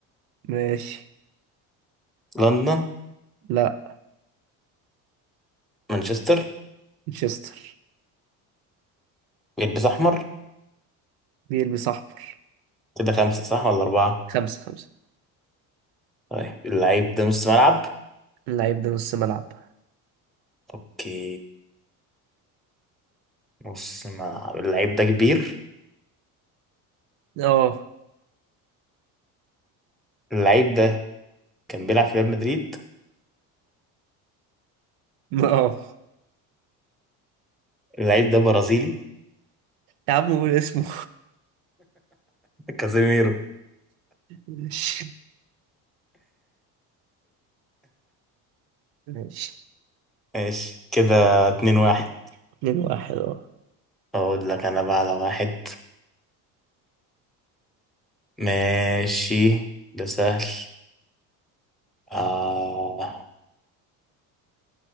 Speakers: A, on the right; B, in the centre.
A: ماشي
B: لندن
A: لا
B: مانشستر
A: مانشستر
B: يلبس احمر
A: بيلبس احمر
B: كده خمسة صح ولا أربعة
A: خمسة خمسة
B: طيب اللعيب ده نص ملعب
A: اللعيب ده نص ملعب
B: اوكي نص ملعب اللعيب ده كبير
A: اه
B: اللعيب ده كان بيلعب في ريال مدريد
A: اه
B: اللعيب ده برازيلي
A: يا عم قول اسمه
B: كازيميرو
A: ماشي ماشي
B: ماشي كده اتنين واحد
A: اتنين واحد اه
B: اقول لك انا بقى على واحد ماشي ده سهل آه